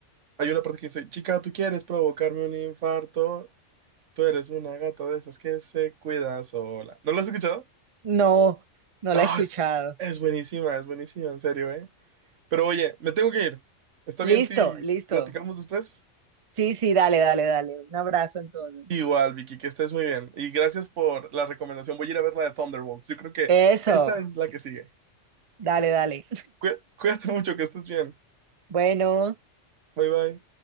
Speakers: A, on the right; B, on the right.
A: hay una parte que dice, chica, tú quieres provocarme un infarto, tú eres una gata de esas que se cuida sola. ¿No lo has escuchado?
B: no, no
A: No,
B: la he escuchado.
A: es, es buenísima, es buenísima, en serio, ¿eh? Pero oye, me tengo que ir. ¿Está bien
B: Listo,
A: si
B: listo.
A: platicamos después?
B: Sí, sí, dale, dale, dale. Un abrazo entonces.
A: Igual, Vicky, que estés muy bien. Y gracias por la recomendación. Voy a ir a ver la de Thunderbolts. Yo creo que
B: Eso,
A: esa es la que sigue.
B: dale, dale.
A: Cué- Cuídate mucho, que estés bien.
B: Bueno.
A: Bye bye.